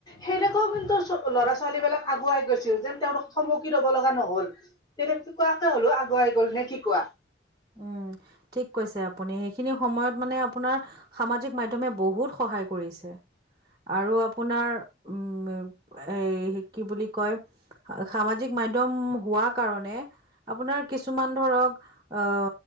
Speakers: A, on the left; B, on the right.
A: সেনেকুৱাও কিন্তু ল'ৰা ছোৱালী বিলাক আগুৱাই গৈছিল যেন তেওঁলোক থমকি ল'ব লগা নহল, তেনেকোৱাকে হ'লো আগুৱাই গ'ল। নে কি কোৱা?
B: উম ঠিক কৈছে আপুনি। আপুনি সেইখিনি সময়ত মনে আপোনাৰ সামাজিক মাধ্যমে বহুত সহায় কৰিছে। আৰু আপোনাৰ উম এ কি বুলি কয় সামাজিক মাধ্যম হোৱা কাৰণে আপোন কিছুমান ধৰক অ